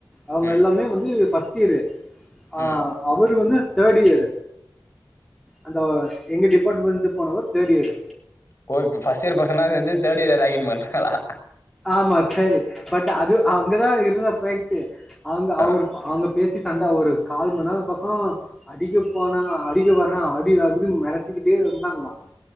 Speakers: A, in the centre; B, on the left.
A: அவங்க
B: ம்
A: எல்லாமே வந்து ஃபர்ஸ்ட் இயரு ஆ
B: ம்
A: அவரு வந்து தேர்ட் இயரு அந்த எங்க டிபார்ட்மெண்ட்டுல போனவர் தேர்ட் இயர்
B: கோய்த் ஃபர்ஸ்ட் இயர் பசங்கல்லருந்து தேர்ட் இயர ரக்கிங் பண்ராளா
A: ஆமா தட் பட் அது அங்கதா இருந்த ப்ரண்ட்டு அங்க அவரு
B: ஆ
A: அவங்க பேசி சண்ட ஒரு கால்மன்நேரோ பக்கோ அடிக்க போனா அடிக்க வர்ரா அடி அப்டினு மெரட்டிக்கிட்டே இருந்தாங்களா